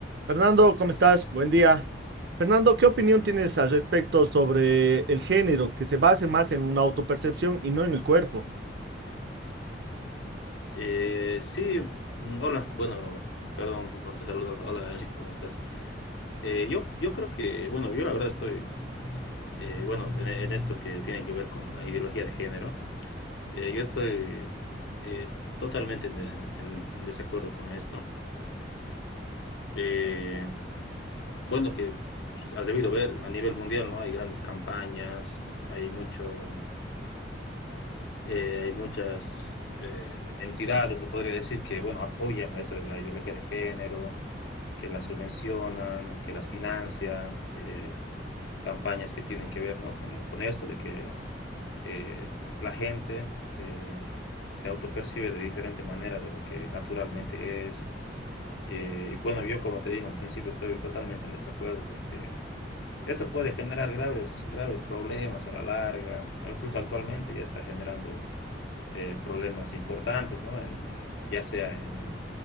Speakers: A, on the right; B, on the left.
A: Fernando, ¿cómo estás? Buen día. Fernando, ¿qué opinión tienes al respecto sobre el género que se base más en una autopercepción y no en el cuerpo?
B: Eh, sí, mm, hola, bueno, perdón, no te saludo. Hola, Enrique, ¿cómo estás? Eh, yo, yo creo que, bueno, yo la verdad estoy, eh, bueno, en, en esto que tiene que ver con la ideología de género, eh, yo estoy eh, totalmente en, en- en- en desacuerdo con esto. Eh, bueno, que pues, has debido ver a nivel mundial, ¿no? Hay grandes campañas, hay mucho, Eh, hay muchas eh, entidades, se podría decir, que bueno, apoyan eso de la ideología de género, que las subvencionan, que las financian, eh, campañas que tienen que ver ¿no? con, con, esto, de que eh, la gente eh, se autopercibe de diferente manera de lo que naturalmente es. Eh, y bueno, yo como te dije en principio estoy totalmente en desacuerdo porque esto puede generar graves, graves problemas a la larga, o incluso actualmente ya está generando eh, problemas importantes, ¿no? En, ya sea en,